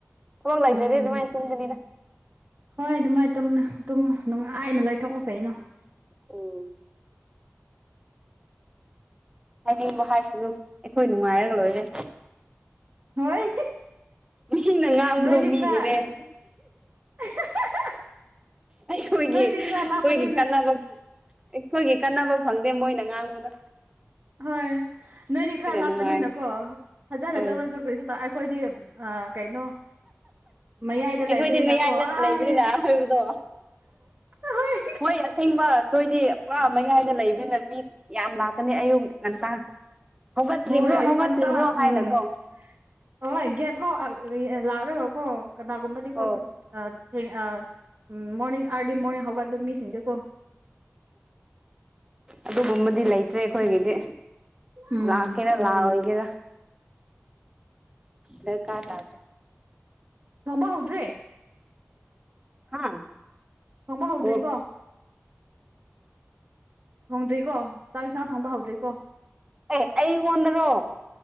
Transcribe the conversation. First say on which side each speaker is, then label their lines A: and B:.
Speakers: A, on the right; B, on the right.
A: ꯊꯕꯥꯛ ꯂꯩꯇ꯭ꯔꯗꯤ
B: ꯎꯝ
A: ꯑꯗꯨꯃꯥꯏꯅ ꯇꯨꯝꯕꯅꯤꯗ
B: ꯍꯣꯏ ꯑꯗꯨꯃꯥꯏ ꯇꯨꯝ ꯇꯨꯝ ꯅꯨꯡꯉꯥꯏꯅ ꯂꯩꯊꯣꯛꯑꯣ ꯀꯩꯅꯣ
A: ꯑꯣ ꯍꯥꯏꯅꯤꯡꯕ ꯍꯥꯏꯁꯅꯨ ꯑꯩꯈꯣꯏ ꯅꯨꯡꯉꯥꯏꯔꯒ ꯂꯣꯏꯔꯦ
B: ꯍꯣꯏ
A: ꯃꯤꯅ ꯉꯥꯡꯕꯗꯣ
B: ꯅꯣꯏꯗꯤ
A: ꯃꯤꯅꯥꯅꯦ
B: ꯈꯔ <unintelligible>
A: ꯑꯩꯈꯣꯏꯒꯤ
B: ꯅꯣꯏꯗꯤ
A: ꯑꯩꯈꯣꯏꯒꯤ
B: ꯈꯔ ꯂꯥꯞꯄꯅꯤꯅ
A: ꯀꯥꯟꯅꯕ ꯑꯩꯈꯣꯏꯒꯤ ꯀꯥꯟꯅꯕ ꯐꯪꯗꯦ ꯃꯣꯏꯅ ꯉꯥꯡꯕꯗꯣ
B: ꯍꯣꯏ ꯅꯣꯏꯗꯤ ꯈꯔ ꯂꯥꯞꯄꯅꯤꯅꯀꯣ
A: ꯅꯨꯡꯉꯥꯏꯅ
B: ꯐꯖꯅ
A: ꯑꯧ
B: ꯇꯧꯔꯁꯨ ꯀꯔꯤꯁꯨ ꯑꯩꯈꯣꯏꯗꯤ ꯀꯩꯅꯣ ꯃꯌꯥꯏꯗ ꯂꯩꯕꯅꯤꯅꯀꯣ
A: ꯑꯩꯈꯣꯏꯗꯤ ꯃꯌꯥꯏꯗ
B: ꯑꯥꯏ
A: ꯂꯩꯕꯅꯤꯅ ꯍꯥꯏꯕꯗꯣ
B: ꯑꯍꯣꯏ
A: ꯍꯣꯏ ꯑꯁꯦꯡꯕ ꯅꯣꯏꯗꯤ ꯄꯨꯔꯥ ꯃꯌꯥꯏꯗ ꯂꯩꯕꯅꯤꯅ ꯃꯤ ꯌꯥꯝ ꯂꯥꯛꯀꯅꯤ ꯑꯌꯨꯛ ꯉꯟꯇꯥ ꯍꯧꯒꯠꯇ꯭ꯔꯤꯕ꯭ꯔꯣ
B: ꯍꯣꯏ ꯑꯌꯨꯛ
A: ꯍꯧꯒꯠꯇ꯭ꯔꯤꯕ꯭ꯔꯣ
B: ꯉꯟꯇꯥ
A: ꯍꯥꯏꯅꯀꯣ
B: ꯎꯝ ꯍꯣꯏ ꯒꯦꯠ ꯐꯥꯎ ꯂꯥꯛꯔꯒꯀꯣ ꯀꯅꯥꯒꯨꯝꯕꯗꯤꯀꯣ
A: ꯑꯣ
B: ꯑꯥ ꯃꯣꯔꯅꯤꯡ ꯑꯥꯔꯂꯤ ꯃꯣꯔꯅꯤꯡ ꯍꯧꯒꯠꯄ ꯃꯤꯁꯤꯡꯗꯤꯀꯣ
A: ꯑꯗꯨꯒꯨꯝꯕꯗꯤ ꯂꯩꯇ꯭ꯔꯦ ꯑꯩꯈꯣꯏꯒꯤꯗꯤ
B: ꯎꯝ
A: ꯂꯥꯛꯀꯦꯔ ꯂꯥꯛꯑꯣꯏꯒꯦꯔ ꯗꯒꯥꯔ ꯇꯥꯗꯦ
B: ꯊꯣꯡꯕ ꯍꯧꯗ꯭ꯔꯤ
A: ꯍꯥ
B: ꯔꯣꯡꯕ ꯍꯧꯗ꯭ꯔꯤꯀꯣ
A: ꯑꯣ
B: ꯊꯣꯡꯗ꯭ꯔꯤꯀꯣ ꯆꯥꯛ ꯏꯟꯁꯥꯡ ꯊꯣꯡꯕ ꯍꯧꯗ꯭ꯔꯤꯀꯣ
A: ꯑꯦ ꯑꯩꯉꯣꯟꯗꯔꯣ